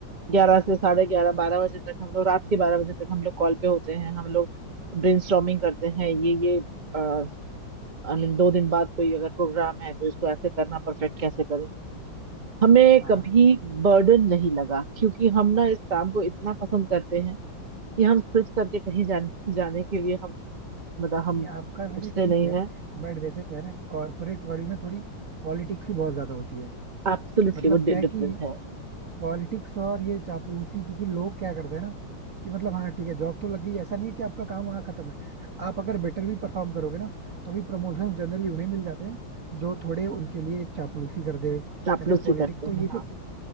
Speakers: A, on the right (about 25°); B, on the right (about 45°).
A: ग्यारह से साढ़े ग्यारह बारह बजे तक हम लोग रात के बारह बजे तक हम लोग कॉल पे होते हैं हम लोग ब्रेनस्टॉर्मिंग करते हैं ये ये आई मीन दो दिन बाद कोई अगर प्रोग्राम है तो इसको ऐसे करना परफेक्ट कैसे करें हमें
B: हाँ
A: कभी बर्डन नहीं लगा क्योंकि हम ना इस काम को इतना पसंद करते हैं कि हम स्विच करके कहीं जाने जाने के लिए हम मतलब हम
B: नहीं,
A: सोचते
B: आपका वैसे ठीक
A: नहीं
B: है
A: है
B: बट जैसे कह रहे हैं कॉर्पोरेट वर्ल्ड में थोड़ी पॉलिटिक्स भी बहुत ज्यादा होती है
A: एब्सोल्युटली
B: मतलब
A: वो
B: क्या
A: डिफरेंट
B: है कि
A: है
B: पॉलिटिक्स और ये चापलूसी क्योंकि लोग क्या करते हैं ना कि मतलब हाँ ठीक है जॉब तो लग गई ऐसा नहीं है कि आपका काम वहाँ खत्म है आप अगर बेटर भी परफॉर्म करोगे ना तो भी प्रमोशन जनरली उन्हें मिल जाते हैं जो थोड़े उनके लिए चापलूसी करते हुए या
A: चापलूसी
B: फिर पॉलिटिक्स
A: करते
B: तो ये
A: हैं
B: सब
A: हाँ
B: चीजें